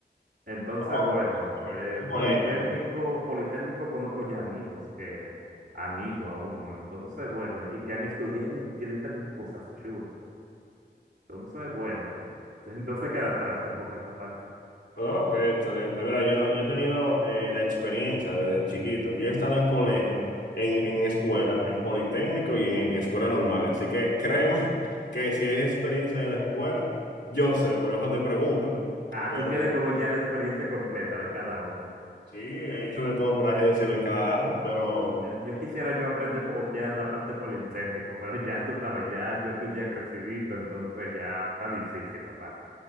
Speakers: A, on the right; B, on the left.
A: Entonces,
B: Oh,
A: bueno,
B: ok.
A: eh,
B: Un colegio.
A: Politécnico, Politécnico conozco ya amigos que han ido a uno, entonces, bueno, y que han estudiado y tiene también cosas chulas. Entonces, bueno, <laughs> no se queda atrás tampoco esa parte.
B: Oh, Ok, excelente. Mira, yo, yo he tenido eh, la experiencia desde chiquito. Yo he estado en colegio, en, en escuela, en politécnico y en, escuela normal. Así que créeme <laughs> que si hay experiencia de la escuela, yo sé, por eso te pregunto.
A: Ah,
B: Pero
A: tú tienes como ya la experiencia completa de cada una.
B: sí, he hecho de todo por así decirlo en cada lado. Pero
A: Yo, yo quisiera yo aprender como ya la parte Politécnico, pero ya tú sabes, ya yo estoy ya crecidito, entonces ya está difícil esa parte.